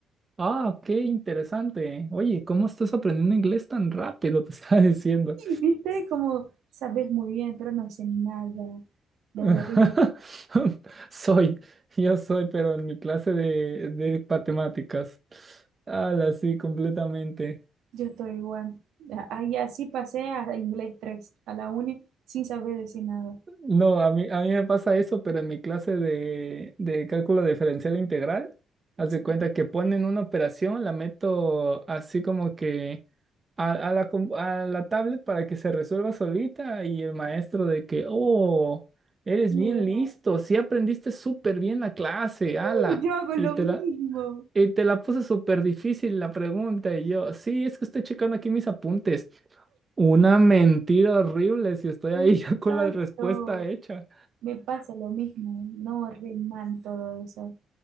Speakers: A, on the right; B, on the right.
A: ah, qué interesante. Oye, ¿cómo estás aprendiendo inglés tan rápido? <laughs> Te estaba diciendo.
B: Y viste, como sabes muy bien, pero no sé nada, debería.
A: <laughs> Soy, yo soy, pero en mi clase de, de matemáticas. Ala, sí, completamente.
B: Yo estoy igual. Ahí así pasé a inglés 3 a la uni, sin saber decir nada.
A: No, a mí, a mí me pasa eso, pero en mi clase de, de cálculo diferencial integral, haz
B: Sí.
A: de cuenta que ponen una operación, la meto así como que a, a la, com- a la tablet para que se resuelva solita y el maestro de que, oh, eres
B: Mira.
A: bien listo, sí aprendiste súper bien la clase, ala.
B: Uh, yo hago
A: y
B: lo
A: te
B: mismo.
A: la, Y te la puse súper difícil la pregunta y yo, sí, es que estoy checando aquí mis apuntes. Una mentira horrible si estoy
B: Exacto.
A: ahí <laughs> ya con la respuesta hecha.
B: Me pasa lo mismo. No, re mal todo eso.